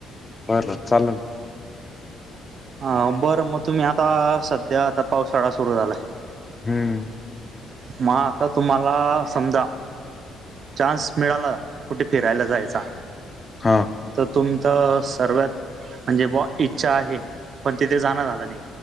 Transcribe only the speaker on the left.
बरं बरं. चाललं..
हम्म.
हा.